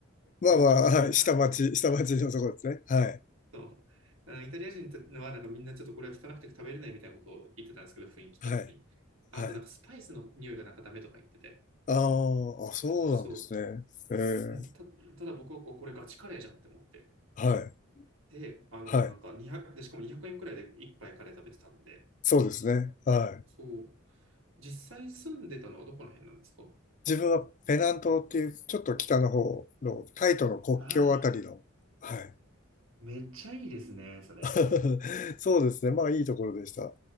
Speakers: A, on the left; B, on the right.
A: まあまあ、
B: 地元の人が食べてたね。
A: はい。下町、下町のところですね。はい。
B: そう。あのイタリア人はなんかみんなちょっとこれは汚くて食べれないみたいなことを言ってたんですけど、雰囲気的に。
A: はい。
B: あとなんかスパイスの匂いがなんかダメとか言ってて。
A: はい。ああ、あ、そうなんですね。
B: そ
A: ええ、
B: う。んた、ただ僕はこれガチカレーじゃんって思って。
A: はい。
B: で、あの、
A: はい。
B: なんか2 0で、しかも200円くえんくらいで一杯カレー食べてたんで。
A: そうですね。はい。
B: そう。実際住んでたのはどこの辺なんですか
A: 自分はペナン島っていう、ちょっと北の方の、タイとの国境あたりの、
B: ああ、
A: はい。
B: めっちゃいいですね、それ。
A: <laughs> そうですね。まあ、いいところでした。